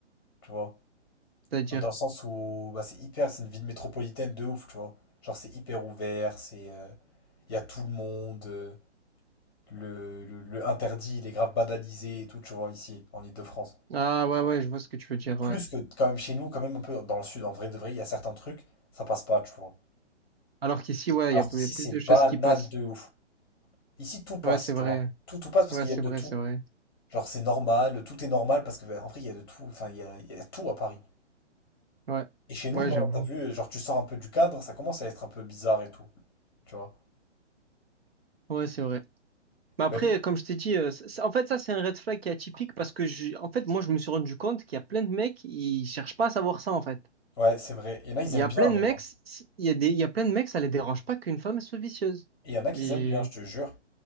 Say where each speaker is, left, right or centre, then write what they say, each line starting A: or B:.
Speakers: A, on the left (about 20°); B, on the right (about 60°).
A: tu vois.
B: C'est-à-dire.
A: Dans le sens où bah, c'est hyper, c'est une ville métropolitaine de ouf, tu vois. Genre c'est hyper ouvert, c'est euh, il y a tout le monde, euh, le, le, le interdit, il est grave banalisé et tout, tu vois, ici, en Île-de-France.
B: Ah, ouais, ouais, je vois ce que tu veux dire, ouais.
A: Plus que quand même chez nous, quand même un peu dans le sud, en vrai de vrai, il y a certains trucs, ça passe pas, tu vois.
B: Alors qu'ici, ouais,
A: Alors
B: il y a
A: qu'ici
B: il y a plus
A: c'est
B: de choses
A: banal
B: qui passent.
A: de ouf. Ici tout passe,
B: Ouais, c'est
A: tu
B: vrai.
A: vois. Tout, tout passe parce
B: Ouais,
A: qu'il
B: c'est
A: y a de
B: vrai,
A: tout.
B: c'est vrai.
A: Genre c'est normal, tout est normal parce que bah, en vrai il y a de tout, enfin il y a, il y a tout à Paris.
B: Ouais,
A: Et chez nous,
B: ouais,
A: non,
B: j'avoue.
A: t'as vu, genre tu sors un peu du cadre, ça commence à être un peu bizarre et tout, tu vois.
B: Ouais, c'est vrai. Mais après,
A: Ben,
B: comme je t'ai dit, euh, ça- en fait, ça, c'est un red flag qui est atypique parce que, je- en fait, moi, je me suis rendu compte qu'il y a plein de mecs, ils cherchent pas à savoir ça, en fait.
A: Ouais, c'est vrai. Il y en a, ils
B: Il
A: aiment
B: y a
A: bien
B: plein de
A: même.
B: mecs,
A: hein.
B: c- il y a des, il y a plein de mecs, ça les dérange pas qu'une femme soit vicieuse.
A: Et il y en a qui
B: Mais,
A: aiment bien, je te jure.